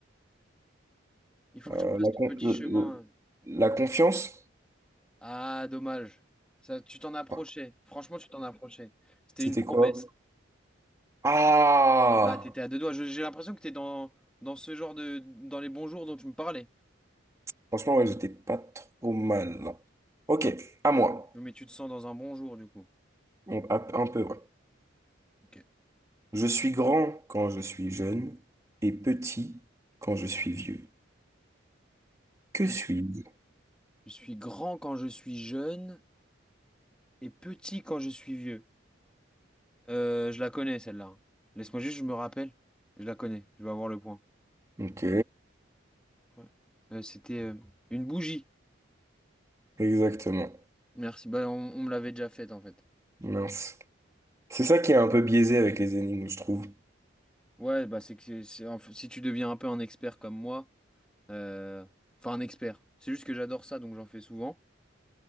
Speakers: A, in the centre; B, on the right.
A: Il faut que
B: euh,
A: tu me fasses
B: la,
A: ton
B: con-
A: petit
B: le-
A: chemin.
B: le-
A: hein.
B: la confiance?
A: Ah, dommage. Ça, tu t'en approchais.
B: Enfin,
A: Franchement, tu t'en approchais. C'était
B: C'était
A: une promesse.
B: quoi? Ah!
A: Ah, t'étais à deux doigts. Je- J'ai l'impression que t'es dans, dans ce genre de... dans les bons jours dont tu me parlais.
B: Franchement, ouais, j'étais pas trop mal là. Ok, à moi.
A: Non, Mais tu te sens dans un bon jour, du coup.
B: Bon, un un peu, ouais.
A: Ok.
B: Je suis grand quand je suis jeune et petit quand je suis vieux. Que
A: Je,
B: suis-je?
A: je suis grand quand je suis jeune et petit quand je suis vieux. Euh, je la connais, celle-là. Laisse-moi juste, je me rappelle. Je la connais. Je vais avoir le point.
B: Ok,
A: Ouais. Euh, c'était euh, une bougie.
B: exactement.
A: Merci. Bah, on, on me l'avait déjà faite en fait.
B: Mince. C'est ça qui est un peu biaisé avec les énigmes, je trouve.
A: Ouais, bah c'est que c'est- c'est- en f- si tu deviens un peu un expert comme moi, euh, enfin un expert, c'est juste que j'adore ça, donc j'en fais souvent.